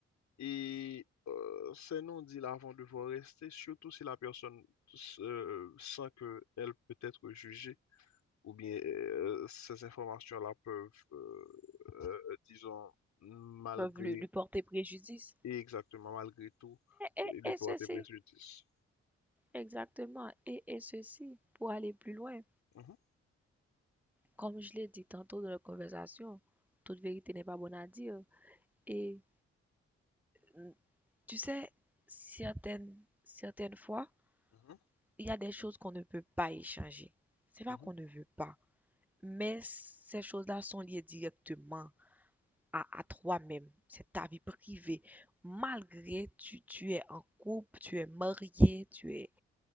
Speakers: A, on the left; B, in the centre.
A: et euh, ces non-dits là vont devoir rester, surtout si la personne euh, sent qu'elle peut être jugée ou bien euh, ces informations-là peuvent, euh, euh, disons, malgré,
B: peuvent lui, lui porter préjudice.
A: et exactement malgré tout,
B: Et
A: euh, lui porter
B: ceci,
A: préjudice.
B: exactement, et, et ceci, pour aller plus loin.
A: Mhm,
B: Comme je l'ai dit tantôt dans la conversation, toute vérité n'est pas bonne à dire. Et mm, tu sais, certaines, certaines fois,
A: mhm,
B: il y a des choses qu'on ne peut pas échanger. C'est pas
A: mhm,
B: qu'on ne veut pas, mais ces choses-là sont liées directement à, à toi-même. C'est ta vie privée. Malgré tu, tu es en couple, tu es marié, tu es,